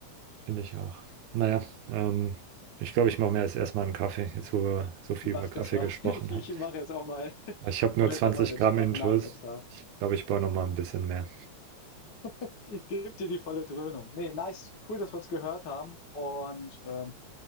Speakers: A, on the right; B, on the left.
A: Finde ich auch. Naja, ähm, ich glaube, ich mache mir jetzt erstmal einen Kaffee, jetzt wo wir so viel
B: Mach
A: über Kaffee
B: das mal.
A: gesprochen
B: <laughs> Ich ich
A: haben.
B: mache jetzt auch mal <laughs>
A: Ich habe
B: mache
A: nur 20
B: jetzt auch mal einen entspannten
A: Gramm Intus.
B: Nachmittag.
A: Ich glaube, ich brauche noch mal ein bisschen mehr.
B: <laughs> Gib dir die volle Dröhnung. Nee, nice. Cool, dass wir uns gehört haben. Und ähm,